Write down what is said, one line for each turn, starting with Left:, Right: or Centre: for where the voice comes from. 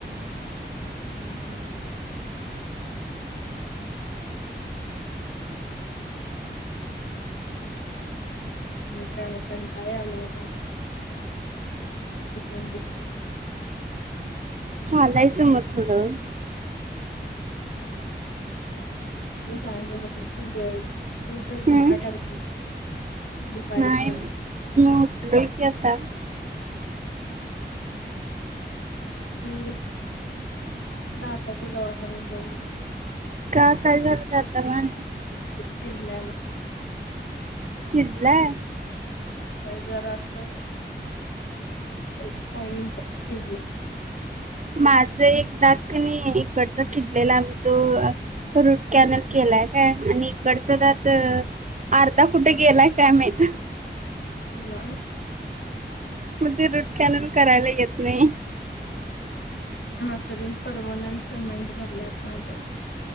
Left: हम्म हम्म. आणि काय मग कंटाळा आलाय बाबा. बसून बसुन.
Right: चालायचं मग थोडं.
Left: तू सांगू नको तू बघ तू तर झोपा
Right: हम्म.
Left: काढतीस. दुपारी
Right: नाही
Left: पण
Right: मी उठलोय की आता.
Left: मी दाताच्या दवाखान्यात जाऊन आलो.
Right: का काय झालं दाताला आणी?
Left: किडल्याला.
Right: किडलाय?
Left: व्हय जरासं एक पॉइंट किडल्याला.
Right: माझं एक दात कि नाई इकडचा किडलेला आ मी तो रूट कॅनल केलाय काय आणि इकडचा दात अर्धा कुठे गेलाय काय माहित.
Left: वा.
Right: म ते रूट कॅनल करायला येत नई.
Left: हा तरीन परमनंट सिमेंट भरल्यात माझ्यात